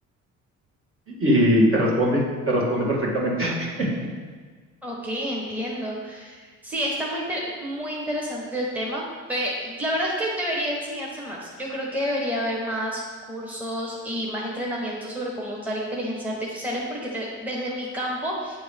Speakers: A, on the right (about 45°); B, in the centre.
A: y te responde, te responde perfectamente. <laughs>
B: Ok, entiendo. Sí, está muy inter- muy interesante el tema. pe- la verdad es que debería enseñarse más. Yo creo que debería haber más cursos y más entrenamiento sobre cómo usar inteligencias artificiales porque te- desde mi campo,